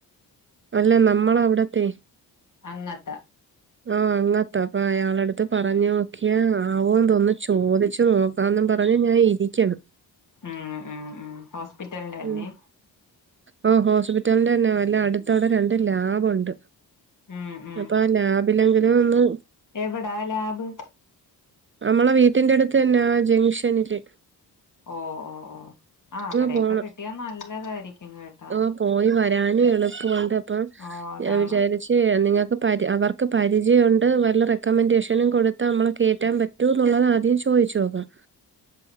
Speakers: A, on the right; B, on the left.
A: അല്ല ന നമ്മളവിടത്തെ
B: അങ്ങത്തെ
A: ആഹ് അങ്ങത്ത അപ്പ അയാളടുത്ത് പറഞ്ഞ നോക്കിയ ആഹ് ആവൊന്ന് തോന്നുന്നില്ല ചോദിച്ചു നോക്കാന്നും പറഞ്ഞ് ഞായിരിക്കണം
B: ഉം ഉം ഉം ഹോസ്പിറ്റലിന്റെ
A: ഉം
B: ന്നെ
A: ഓഹ് ഹോസ്പിറ്റലിന്റെന്നെ വല്ല അടുത്തവിടെ രണ്ട് ലാബൊണ്ട്
B: ഉം ഉം
A: അപ്പ ആഹ് ലാബ് പ്പില്ലെങ്കില് ഒന്ന്
B: എവിടാ ലാബ്
A: അമ്മളെ വീട്ടിന്റെ അടുത്ത് തന്നെ ആ ജംങ്ഷനില്
B: ഓ ഓ ഓ ആഹ് അവിടെ
A: പോണം
B: ക്കെ കിട്ട് ട്ടിയ നല്ലതായിരിക്കും കേട്ടാ
A: ആഹ് പോയി വരാനും എളുപ്പോവുണ്ട് അപ്പം
B: ഓ അതാണ്
A: ഞാൻ വിചാരിച്ച് നിങ്ങക്ക് പാരി അവർക്ക് പരിചയൊണ്ട് വല്ല റെക്കമെൻഡേഷനും കൊടുത്ത് അമ്മളെ കേറ്റാൻ പറ്റൂന്നുള്ളത ആദ്യം ചോയ്ച്ചോക്കാം